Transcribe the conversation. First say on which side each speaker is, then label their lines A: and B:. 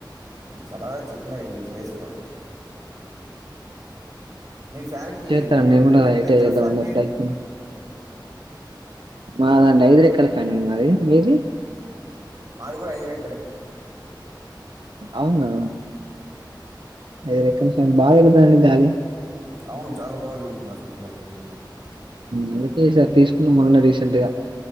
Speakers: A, on the right; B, on the right.
A: చాల చెప్పిన ఇక చేసుకోలేదు మీ ఫ్యాన్కి
B: చేస్తాను
A: ఎన్ని
B: నేను కూడా
A: ఎన్ని
B: ఐటీ
A: రెక్కల
B: చేద్దామని
A: ఫ్యాన్ మీది
B: ప్రయత్నం మాదండి ఐదు రెక్కల ఫ్యానండి మాది మీది
A: మాది కూడా ఐదు రెక్కలే
B: అవునా ఐదు రెక్కల ఫ్యాను బాగా పెడగుతాదండి గాలి
A: అవును చాలా బాగా తిరుగుతుంది అసలు అసలుకు
B: అందుకేసారి తీసుకున్నాం మొన్న రీసెంటుగా